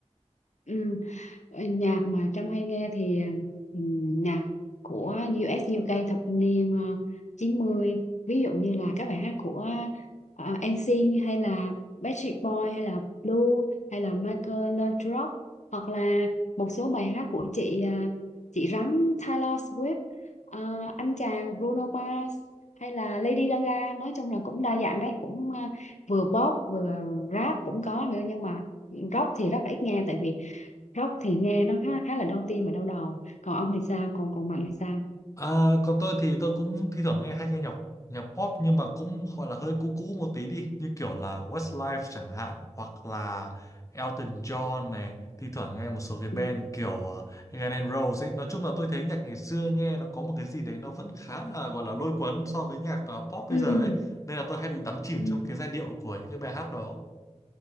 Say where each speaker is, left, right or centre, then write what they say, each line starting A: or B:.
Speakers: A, on the left; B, on the left.
A: Ừ. Ờ, nhạc mà Trâm hay nghe thì ừm, nhạc của U.S. u UK thập niên ờ, chín mươi ví dụ như là các bài hát của ờ, NSYNC hay là Backstreet Boy hay là Blue hay là Michael Laudrup hoặc là một số bài hát của chị ờ, chị rắn Taylor Swift ờ, anh chàng Bruno Mars hay là Lady Gaga nói chung là cũng đa dạng đấy cũng ờ, vừa pop vừa rap cũng có nữa nhưng mà rock thì rất là ít nghe tại vì Rock thì nghe nó khá khá là đau tim và đau đầu. Còn ông thì sao? Còn còn Mạnh thì sao?
B: À, còn tôi thì tôi cũng thi thoảng nghe hay nghe nhạc nhạc pop nhưng mà cũng gọi là hơi cũ cũ một tí đi như kiểu là Westlife chẳng hạn hoặc là Elton John này thi thoảng nghe một số cái band
A: Ừ.
B: kiểu ờ, Guns N' Roses ấy nói chung là tôi thấy nhạc ngày xưa nghe nó có một cái gì đấy nó vẫn khá là gọi là lôi cuốn so với nhạc ờ, pop bây
A: Ừ.
B: giờ ấy nên là tôi hay bị đắm chìm
A: Ừ.
B: trong cái giai điệu của những cái bài hát đó